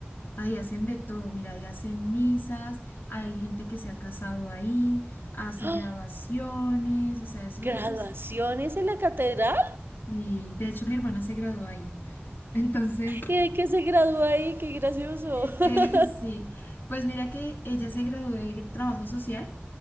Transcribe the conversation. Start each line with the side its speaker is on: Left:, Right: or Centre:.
Left: ahí hacen de todo, mira, ahí hacen misas, hay gente que se ha casado ahí, hacen
Right: ¡Ah!
Left: graduaciones, o sea, eso,
Right: ¿Graduaciones
Left: eso es,
Right: en la catedral?
Left: y de hecho mi hermana se graduó ahí. <laughs> Entonces,
Right: ¿Y de qué se graduó ahí? ¡Qué gracioso!
Left: Eh,
Right: <laughs>
Left: <laughs> sí, pues mira que ella se graduó de trabajo social